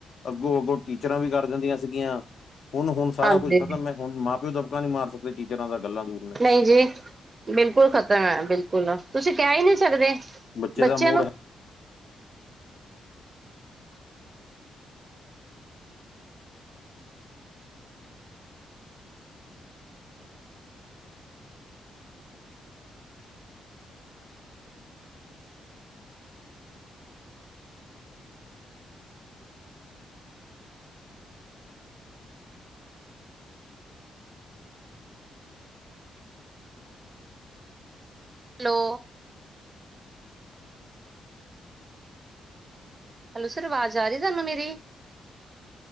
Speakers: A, on the left; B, on the right.
A: ਅੱਗੋਂ -ਅੱਗੋਂ ਟੀਚਰਾਂ ਵੀ ਕਰ। ਦਿੰਦੀਆ ਸੀਗੀਆਂ ਹੁਣ- ਹੁਣ ਸਾਰਾ
B: ਹਾਂਜੀ
A: ਕੁੱਝ ਖਤਮ ਹੁਣ ਮਾਂ ਪਿਓ ਦਬਕਾ ਨੀ ਮਾਰ ਸਕਦੇ ਟੀਚਰਾਂ ਦਾ ਗੱਲਾਂ ਦੂਰ ਨੇ।
B: ਨਹੀਂ ਜੀ ਬਿਲਕੁਲ ਖ਼ਤਮ ਐ ਬਿਲਕੁਲ ਤੁਸੀਂ ਕਹਿ ਈ ਨੀ ਸਕਦੇ।
A: ਬੱਚੇ
B: ਬੱਚਿਆਂ
A: ਦਾ ਮੂਡ
B: ਨੂੰ
A: ਹੈ।
B: ਹੈਲੋ। ਹੈਲੋ, ਸਰ ਵਾਜ਼ ਆ ਰਹੀ ਤਾਨੂੰ ਮੇਰੀ